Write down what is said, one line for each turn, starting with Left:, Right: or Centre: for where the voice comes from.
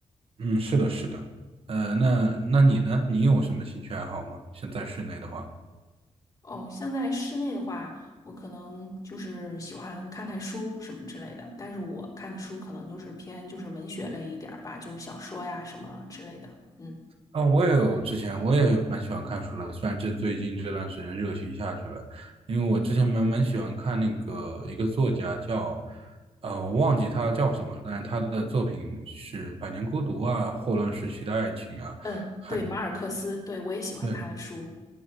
Right: 嗯，是的，是的。呃，那那你呢？你有什么兴趣爱好吗？现在室内的话。
Left: 哦，像在室内的话，我可能就是喜欢看看书什么之类的，但是我看的书可能就是偏就是文学类一点儿吧，就是小说呀什么之类的。嗯
Right: 啊，我也有之前我也蛮喜欢看书的，虽然这最近这段时间热情下去了，因为我之前蛮蛮喜欢看那个一个作家叫，呃，我忘记他叫什么了但是他的作品是《百年孤独》啊，《霍乱时期的爱情》啊，
Left: 嗯，
Right: 还有
Left: 对，马尔克斯，对，我也喜欢他的书。
Right: 对